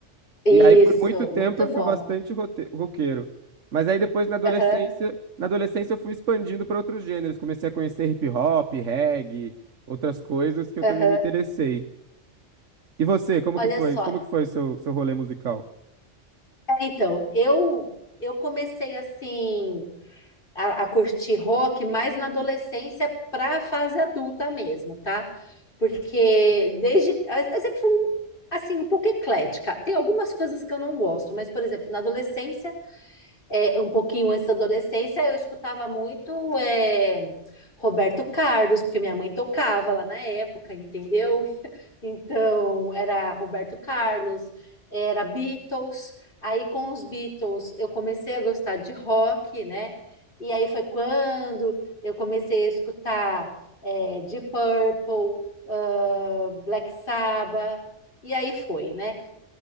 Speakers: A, on the left (about 45°); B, on the right (about 80°).
A: Isso,
B: E aí por muito tempo
A: muito
B: eu fui
A: bom.
B: bastante rote- roqueiro. Mas aí depois na adolescência,
A: Aham,
B: na adolescência eu fui expandindo para outros gêneros. Comecei a conhecer hip hop, reggae, outras coisas que eu
A: aham.
B: também me interessei. E você, como
A: Olha
B: que foi?
A: só.
B: Como que foi seu seu rolê musical?
A: É, Então, eu eu comecei assim a, a curtir rock mais na adolescência para a fase adulta mesmo, tá? Porque desde eu eu sempre fui assim um pouco eclética. Tem algumas coisas que eu não gosto, mas por exemplo, na adolescência é, um pouquinho antes da adolescência, eu escutava muito é, Roberto Carlos, porque minha mãe tocava lá na época, entendeu? <laughs> Então, era Roberto Carlos, era Beatles. Aí, com os Beatles, eu comecei a gostar de rock, né? E aí foi quando eu comecei a escutar é, Deep Purple, ah, Black Sabbath, e aí foi, né?